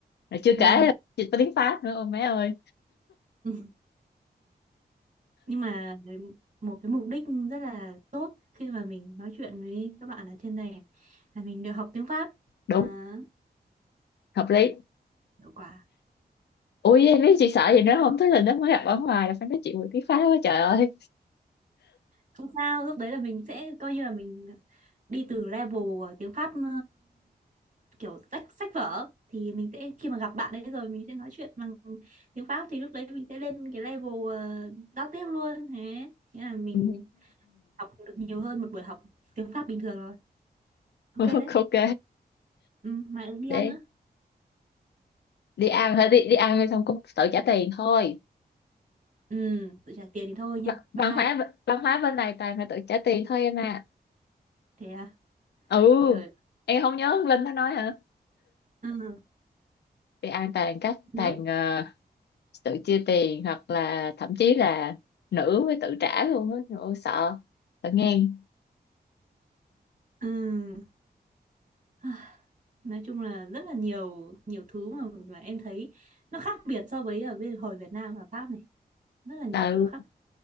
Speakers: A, on the left; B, on the right.
A: rồi chưa kể
B: Ừ.
A: là chị tiếng Pháp nữa ôi má ơi
B: ừ. nhưng mà một cái mục đích rất là tốt khi mà mình nói chuyện với các bạn ở trên này là mình được học tiếng Pháp
A: đúng
B: à,
A: hợp lý
B: hiệu quả
A: ui biết chị sợ gì nữa không thế là nó mới gặp ở ngoài là phải nói chuyện với tiếng Pháp quá trời ơi
B: không sao lúc đấy là mình sẽ coi như là mình đi từ level ờ, tiếng Pháp ờ, kiểu sách sách vở thì mình sẽ khi mà gặp bạn ấy rồi mình sẽ nói chuyện bằng tiếng Pháp thì lúc đấy mình sẽ lên cái level ờ, giao tiếp luôn thế nghĩa là mình
A: Ừ.
B: học được nhiều hơn một buổi học tiếng Pháp bình thường rồi ok
A: <laughs>
B: đấy
A: ok
B: ừ, mà đi
A: để
B: ăn nữa
A: đi ăn thôi đi đi ăn xong cũng tự trả tiền thôi
B: ừ, tự trả tiền thì thôi nha
A: Văn văn
B: bye
A: hóa văn hóa bên này toàn là tự trả tiền thôi em à
B: thế à
A: ừ
B: trời
A: em không nhớ ông Linh nó nói hả
B: ừ,
A: đi ăn toàn các
B: nữa
A: toàn ờ, tự chia tiền hoặc là thậm chí là nữ với tự trả luôn á Trời ơi, sợ sợ ngang
B: ừ. Ai, nói chung là rất là nhiều nhiều thứ mà mà em thấy nó khác biệt so với ở bên hồi Việt Nam và Pháp này rất là nhiều
A: ừ.
B: thứ khác